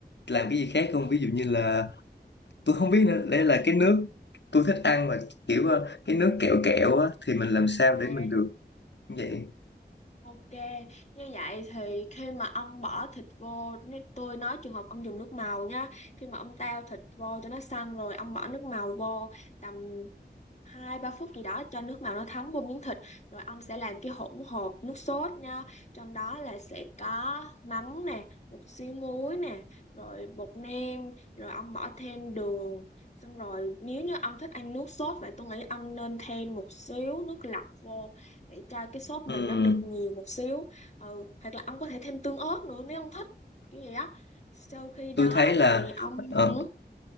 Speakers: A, on the left; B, on the left.
A: làm cái gì khác không ví dụ như là tôi không biết nữa đây là cái nước tôi thích ăn mà kiểu ờ, cái nước kẹo kẹo á, thì mình làm sao
B: À,
A: để mình được như vậy
B: Ok, như vậy thì khi mà ông bỏ thịt vô, nếu tôi nói trường hợp ông dùng nước màu nhá, khi mà ông tao thịt vô cho nó săn rồi, ông bỏ nước màu vô tầm hai ba phút gì đó cho nước màu nó thấm vô miếng thịt, rồi ông sẽ làm cái hỗn hợp nước sốt nha, trong đó là sẽ có mắm nè, một xíu muối nè, rồi bột nêm, rồi ông bỏ thêm đường, xong rồi nếu như ông thích ăn nước sốt vậy tôi nghĩ ông nên thêm một xíu nước lọc vô để cho cái sốt mình
A: Ừm,
B: nó được nhiều một xíu ừ, hoặc là ông có thể thêm tương ớt nữa nếu ông thích kiểu vậy á sau khi đó
A: tôi thấy là
B: thì ông
A: ờ,
B: ừ,